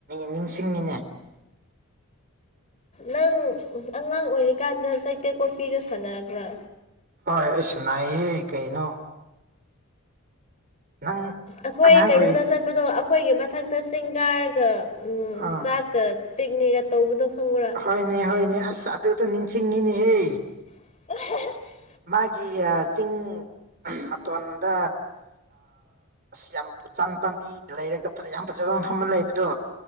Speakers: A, on the right; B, on the left.
A: ꯅꯤꯡꯁꯤꯡꯉꯤꯅꯦ
B: ꯅꯪ ꯑꯉꯥꯡ ꯑꯣꯏꯔꯤꯀꯥꯟꯗ ꯆꯩꯇꯦꯛ ꯀꯣꯄꯤꯗꯣ ꯁꯥꯟꯅꯔꯕ꯭ꯔꯥ
A: ꯍꯣꯏ ꯑꯁꯤꯁꯅꯥꯏꯍꯦ ꯀꯩꯅꯣ ꯅꯪ
B: ꯑꯩꯈꯣꯏ
A: ꯑꯉꯥꯡ
B: ꯀꯩꯅꯣꯗ
A: ꯑꯣꯏꯔꯤ
B: ꯆꯠꯄꯗꯣ ꯑꯩꯈꯣꯏꯒꯤ ꯃꯊꯛꯇ ꯆꯤꯡꯒꯥꯔꯒ ꯎꯝ
A: ꯑꯥ
B: ꯆꯥꯛꯀ ꯄꯤꯛꯅꯤꯒ ꯇꯧꯕꯗꯣ ꯈꯪꯕ꯭ꯔꯥ
A: ꯍꯣꯏꯅꯦ ꯍꯣꯏꯅꯦ ꯑꯁ ꯑꯗꯨꯗꯣ ꯅꯤꯡꯁꯤꯡꯉꯤꯅꯦꯍꯦ
B: ꯑ
A: ꯃꯥꯒꯤ ꯆꯤꯡꯤꯡ ꯃꯇꯣꯟꯗ ꯌꯥꯝ ꯎꯆꯥꯟ ꯄꯥꯝꯕꯤ ꯂꯩꯔꯒ ꯌꯥꯝ ꯐꯖꯕ ꯑꯗꯨ ꯃꯐꯝ ꯑꯃ ꯂꯩꯕꯗꯣ